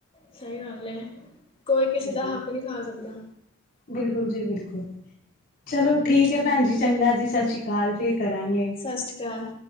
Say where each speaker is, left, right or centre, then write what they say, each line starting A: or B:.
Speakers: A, on the left; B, on the left.
A: ਸਹੀ ਗੱਲ ਐਂ, ਕੋਈ
B: ਹਾਂਜੀ
A: ਕਿਸੇ ਦਾ ਹੱਕ ਨੀਂ ਖ਼ਾਂ ਸਕਦਾਂ।
B: ਬਿਲਕੁਲ ਜੀ ਬਿਲਕੁਲ। ਚਲੋਂ ਠੀਕ ਹੈ ਭੈਣਜੀ ਚੰਗਾ ਜੀ, ਸਤਿ ਸ਼੍ਰੀ ਅਕਾਲ ਫ਼ਿਰ ਕਰਾਂਗੇ।
A: ਸਤਿ ਸ਼੍ਰੀ ਅਕਾਲ।